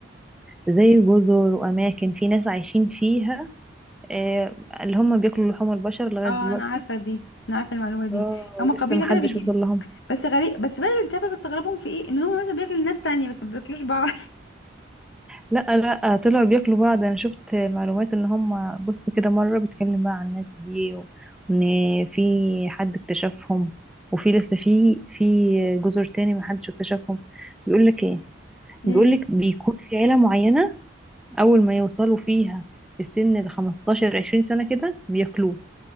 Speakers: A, in the centre; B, on the left.
A: آه، زي جزر واماكن في ناس عايشين فيها آه، اللي هم بياكلوا لحوم البشر لغاية
B: اه
A: دلوقتي
B: انا عارفه دي انا عارفه المعلومه دي
A: اه
B: هما
A: ولسه
B: قبيله
A: محدش
B: كده بيجي
A: وصل لهم
B: بس غريب بس بقى اللي انت عارفه بستغربهم في ايه ان هما مثلا بياكلوا الناس تانية بس ما بياكلوش بعض
A: لا لا طلعوا بياكلوا بعض انا شفت معلومات ان هم بص كده مره بيتكلم بقى عن الناس دي وان في حد اكتشفهم وفي لسه في في جزر تاني ما حدش اكتشفهم بيقول لك ايه
B: <laughs> يا
A: بيقول لك بيكون في عيله معينه اول ما يوصلوا فيها السن ال 15 20 سنه كده بياكلوه